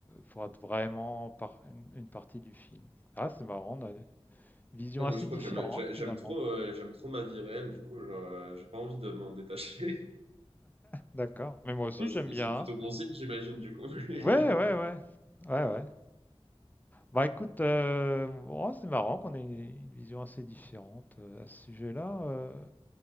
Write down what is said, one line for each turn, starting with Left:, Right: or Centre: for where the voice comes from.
Left: pour être vraiment par une, une partie du film. Ah c'est marrant, on a des visions
Right: Ouais,
Left: assez
Right: moi, je crois
Left: différentes
Right: que j'aime j'a- j'aime
Left: finalement.
Right: trop, euh, j'aime trop ma vie réelle, du coup, genre, euh, j'ai pas envie de m'en détacher. <laughs>
Left: D'accord. Mais moi aussi,
Right: Bon, c'est
Left: j'aime bien.
Right: c'est plutôt
Left: hein.
Right: bon signe, j'imagine, du coup. <laughs>
Left: Ouais, ouais, ouais. Ouais, ouais. Bah écoute, euh, oh, c'est marrant qu'on ait une, une vision assez différente euh, à ce sujet-là. euh.